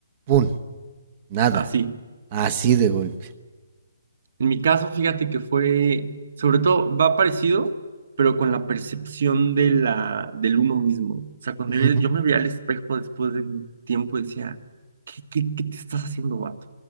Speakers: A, on the right (about 30°); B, on the right (about 55°).
A: Pum, nada.
B: Así.
A: Así de golpe.
B: En mi caso, fíjate que fue, sobre todo, va parecido, pero con la percepción de la, del uno mismo. O sea, cuando
A: Ujú,
B: yo, yo me veía al espejo después de un tiempo, decía, ¿qué, qué, qué te estás haciendo, vato?